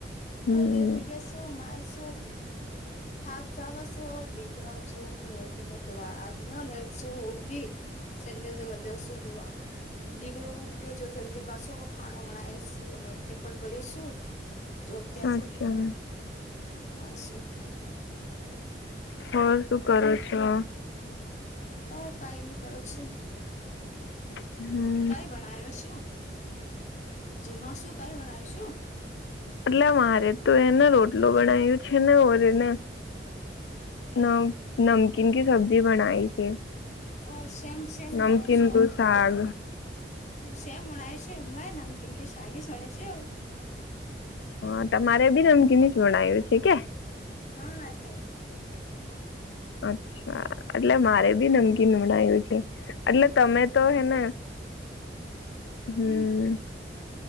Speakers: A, on the left; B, on the left.
A: હમ
B: અ લેટ રોઈશો મારશું. થાક જવા છો દીકરા છ નો જોવાતમાં લટશું ઉઠ ગી. સન્ડે જોવાં જવસુ જો. દીકરો ઉડ ગયો જો જલ્દી પાછો ખાણવાણા એ શું અને ટિપન ભર્યો શું. જોબ ક
A: અચ્છા
B: સર હા સર.
A: હ શું કરો છો?
B: હું કઈ ન કરું છું.
A: હમ્મ.
B: કઈ વણાયો છું જીમમા શું કઈ વણાય છું.
A: એટલે મારે તો એને રોટલોું બનાવું છે ને ઓરીને ન નમકીન કી સબ્જી બનાય છે.
B: ઓ શેમ શેમ મણાવ
A: નમકીન
B: છું.
A: નું શાક
B: સેમ મણાય છેમા એ નામકીકી સાગી શણાય છે આવ.
A: હ તમારે બી નમકીીની જ ભણાવ્યું છે કે.
B: હા આટ. <unintelligible>
A: અચ્છા એટલે મારે બી નમકીન મણયું છે. એટલે
B: હા
A: તમે
B: મારે
A: તો હેને હમ
B: હમ્મ.